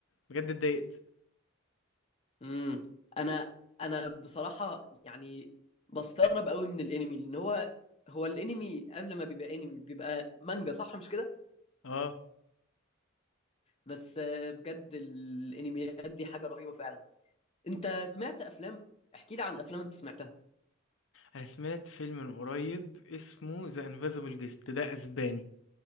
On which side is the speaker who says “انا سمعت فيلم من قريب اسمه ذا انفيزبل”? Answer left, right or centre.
Left